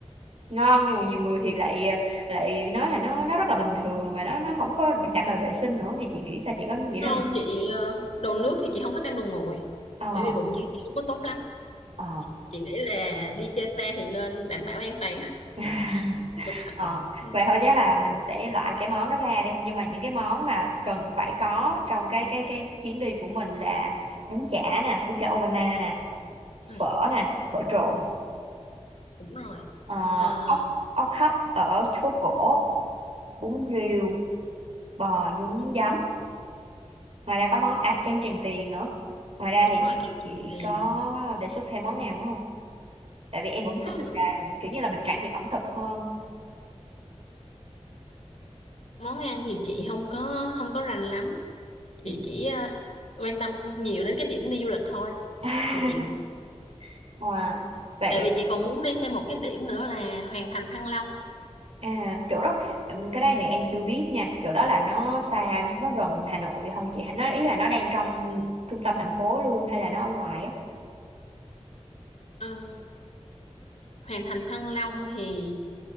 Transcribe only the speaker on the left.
không
chị ờ, đồ nước thì chị không thích ăn đồ nguội
bởi vì bụng chị, chị không có tốt lắm
chị nghĩ là đi chơi xa thì nên đảm bảo an toàn
<laughs> thực phẩm
nha.
Ờ,
đúng rồi
Ờ,
đúng
rồi
kem
Tràng tiền
Ờ,
món ăn thì chị không có không có rành lắm
chị chỉ ờ, quan tâm nhiều đến cái điểm đi du lịch thôi
vì chị
tại vì chị còn muốn đi thêm một cái điểm nữa là Hoàng Thành Thăng Long
Ờ, Hoàng Thành Thăng Long thì